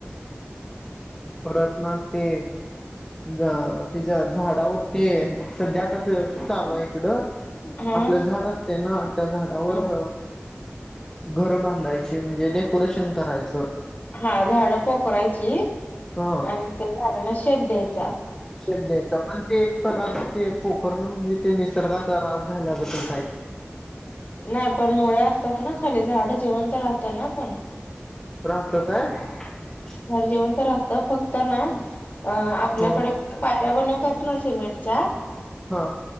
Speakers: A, on the left; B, on the left.
A: परत ना ते जा त्याच्या झाडावर ते सध्या कसं चालू आहे इकडं
B: हा.
A: आपल्या झाड ते ना त्या झाडावर
B: हा
A: घरं बांधायची म्हणजे डेकोरेशन करायचं.
B: हा झाडं पोखरायची
A: हा.
B: आणि त्या झाडाना शेप द्यायचा.
A: शेप द्यायचा पण ते एक प्रकारच ते पोखरण म्हणजे ते निसर्गाचा ऱ्हास झाल्यागतच हाय.
B: नाही पण मुळे असतात ना खाली झाडं जिवंत राहतात ना पण
A: राहतात
B: झाडं जिवंत राहतात फक्त ना अ आपल्याकडे
A: ह
B: पायऱ्या बनवतात ना सिमेंटच्या
A: हा.